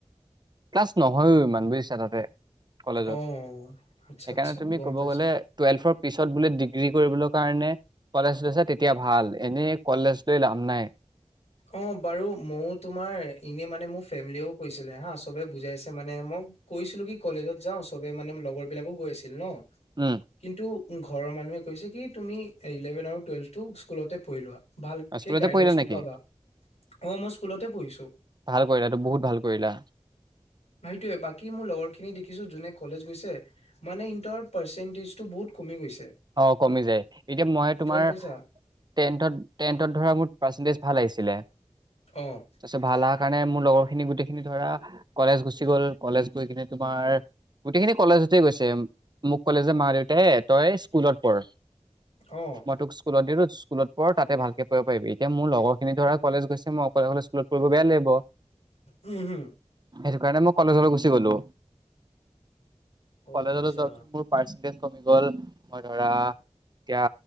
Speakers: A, on the right; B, on the left.
A: ক্লাছ ন নহয়ো ইমান বুজিছা তাতে কলেজত
B: অ আচ্ছা
A: সেইকাৰণে
B: আচ্ছা
A: তুমি
B: গম
A: ক'ব
B: পাইছো
A: গ'লে টুৱেলফৰ পিছত বোলে ডিগ্ৰী কৰিবলৈ কাৰণে কলেজ। গৈছা তেতিয়া ভাল এনে কলেজ লৈ লাভ নাই
B: অ বাৰু মও তোমাৰ এনে মানে মো ফেমিলিও কৈছিলে হা চবে বুজাইছে মানে মোক কৈছিলো কি কলেজত যাওঁ সবে মানে লগৰ বিলাকো গৈ আছিল ন
A: উম
B: কিন্তু। উ ঘৰৰ মানুহে কৈছে কি তুমি ইলেভেন আৰু টুৱেলভ টো স্কুলতে পঢ়ি লোৱা। ভালকে
A: স্কুলতে
B: গাইডেন্সটো
A: পঢ়িলা নেকি?
B: পাবা। অ মই স্কুলতে পঢ়িছো।
A: ভাল কৰিলা এইটো বহুত ভাল কৰিলা।
B: সেইটোয়ে বাকী মোৰ লগৰ খিনি দেখিছো যোনে কলেজ গৈছে মানে সিহতৰ। পাৰ্চেণ্টেজটো বহুত কমি গৈছে।
A: অ কমি যায় এতিয়া মই তোমাৰ
B: গম পাইছা
A: টেণ্টত টেণ্টত ধৰা মোৰ পাৰ্চেন্টেজ। ভাল আহিছিল তাৰ
B: অ',
A: পিছত ভাল। খলা কাৰণে মোৰ লগৰ খিনি গোটেইখিনি ধৰা কলেজ গুচি গ'ল কলেজ গৈ কিনে তোমাৰ গোটেই খিনি কলেজতে গৈছে। মোক কলে যে মা, দেউতাই। তই। স্কুলত পৰ।
B: অ',
A: মই তোক স্কুলত দি দিও। স্কুলত পঢ় তাতে ভালকৈ কৰিব পাৰিবি এতিয়া মোৰ লগৰ। স খিনি ধৰা কলেজ গছে মই অকলে স্কুলত পঢ়িব বেয়া লাগিব।।
B: উম, উম।
A: সেইটো কাৰণে মই কলেজলৈ গুচি গলো।
B: অ',
A: কলেজটো
B: আচ্ছা
A: যোৱা পাছত মোৰ পাৰ্চেন্টেজ। কমি গ'ল। মই ধৰা এতিয়া